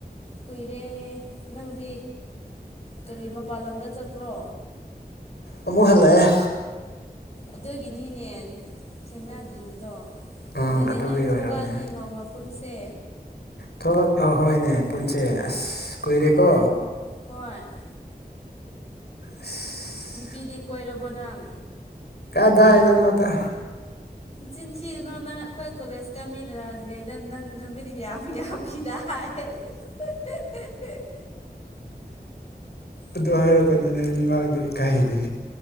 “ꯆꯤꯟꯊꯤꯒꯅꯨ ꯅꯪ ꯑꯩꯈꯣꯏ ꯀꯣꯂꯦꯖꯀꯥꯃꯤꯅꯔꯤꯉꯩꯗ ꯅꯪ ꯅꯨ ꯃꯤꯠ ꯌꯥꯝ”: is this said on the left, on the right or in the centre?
Left